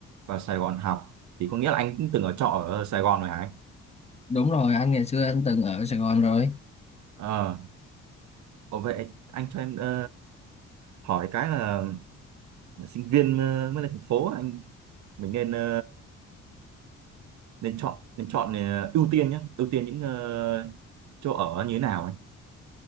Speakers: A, on the right; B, on the left.
A: vào Sài Gòn học thì có nghĩa là anh cũng từng ở trọ ở Sài Gòn rồi hả anh?
B: đúng rồi anh ngày xưa anh từng ở Sài Gòn rồi
A: Ờ, Ồ vậy anh cho em ờ, hỏi cái là sinh viên ờ, mới lên thành phố anh mình nên ờ, nên chọn nên chọn ờ, ưu tiên nhé, ưu tiên những ờ, chỗ ở như thế nào anh?